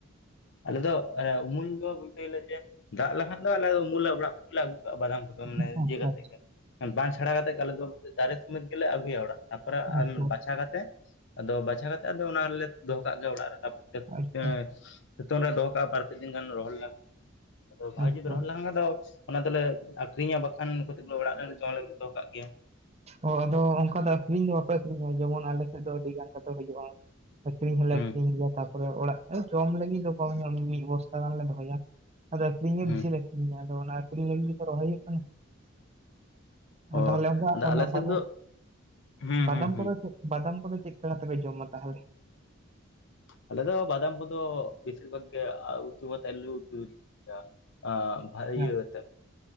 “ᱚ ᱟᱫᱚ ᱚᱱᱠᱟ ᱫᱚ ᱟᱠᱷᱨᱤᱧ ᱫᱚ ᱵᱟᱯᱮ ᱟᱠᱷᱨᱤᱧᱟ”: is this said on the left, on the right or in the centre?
Right